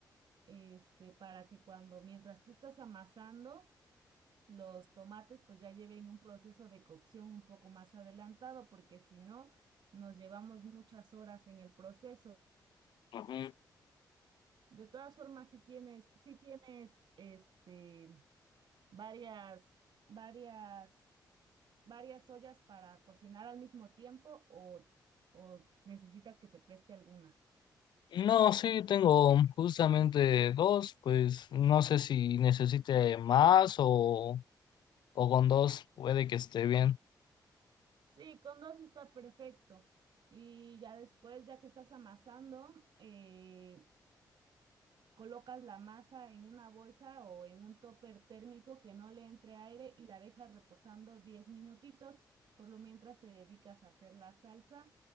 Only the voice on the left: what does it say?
Ujú.
No, sí, tengo justamente dos, pues no sé si necesite más o, o con dos puede que esté bien.